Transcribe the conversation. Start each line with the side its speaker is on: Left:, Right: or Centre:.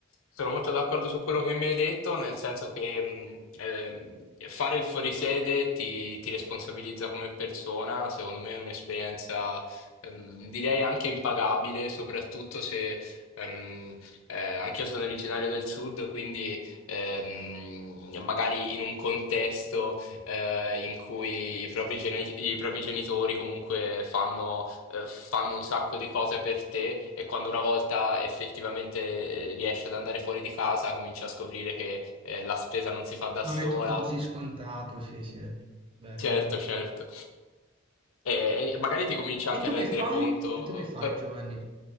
Left: Sono molto d'accordo su quello che mi hai detto, nel senso che mh, ehm, fare il fuorisede ti, ti responsabilizza come persona, secondo me è un'esperienza ehm, direi anche impagabile, soprattutto se ehm, eh, anch'io sono originario del sud, quindi ehm, magari in un contesto eh, in cui i propri geni- i propri genitori comunque fanno eh, fanno un sacco di cose per te e quando una volta effettivamente eh, riesci ad andare fuori di casa, cominci a scoprire che eh, la spesa non si fa da
Right: non
Left: sola.
Right: è tutto così scontato, sì sì, vero,
Left: Certo,
Right: vero.
Left: certo. E, e magari ti cominci
Right: E
Left: anche
Right: tu
Left: a rendere
Right: che fai?
Left: conto.
Right: E tu che fai
Left: eh,
Right: Giovanni?